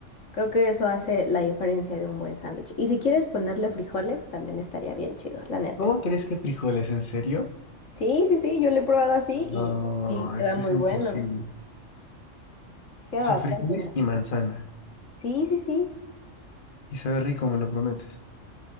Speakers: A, on the left (about 80°); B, on the left (about 45°).
A: Creo que eso hace la diferencia de un buen sándwich. Y si quieres ponerle frijoles, también estaría bien chido, la neta.
B: ¿Cómo crees que frijoles? ¿En serio?
A: Sí, sí, sí, yo lo he probado así
B: No,
A: y, y queda
B: eso
A: muy
B: es imposible.
A: bueno. Queda
B: O sea,
A: bastante
B: frijoles
A: bueno.
B: y manzana.
A: Sí, sí, sí,
B: Y sabe rico, me lo prometes.